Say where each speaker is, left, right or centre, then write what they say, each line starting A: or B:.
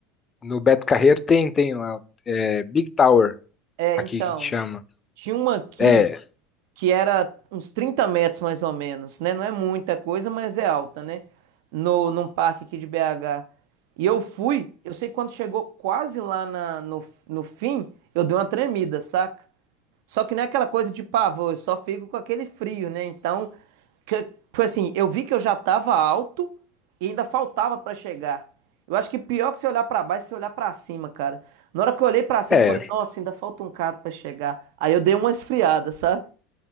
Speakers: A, on the left; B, on the right.
A: no Beto Carreiro tem, tem lá, é, Big Tower,
B: É,
A: aqui
B: então.
A: que chama.
B: Tinha uma aqui,
A: É,
B: que era uns 30 metros mais ou menos, né? Não é muita coisa, mas é alta, né? No, num parque aqui de BH. E eu fui, eu sei que quando chegou quase lá na- no, no fim, eu dei uma tremida, saca? Só que não é aquela coisa de pavor, eu só fico com aquele frio, né? Então, que, foi assim, eu vi que eu já tava alto e ainda faltava pra chegar. Eu acho que pior que você olhar pra baixo, você olhar pra cima, cara. Na hora que eu olhei pra cima,
A: é,
B: eu falei, nossa, ainda falta um bocado pra chegar. Aí eu dei uma esfriada, sabe?